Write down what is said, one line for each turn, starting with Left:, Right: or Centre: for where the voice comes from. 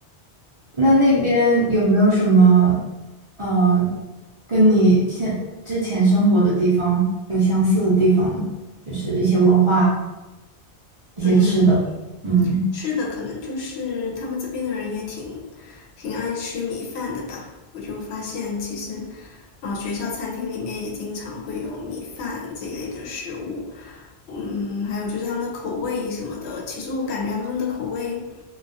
Right: 那那边有没有什么呃，跟你现之前生活的地方有相似的地方呢就是一些文化、一些吃的。
Left: 嗯，
Right: 嗯，
Left: 吃的，可能就是他们这边的人也挺挺爱吃米饭的吧。我就发现其实，啊、学校餐厅里面也经常会有米饭这一类的食物。嗯，还有就是他们的口味什么的，其实我感觉他们的口味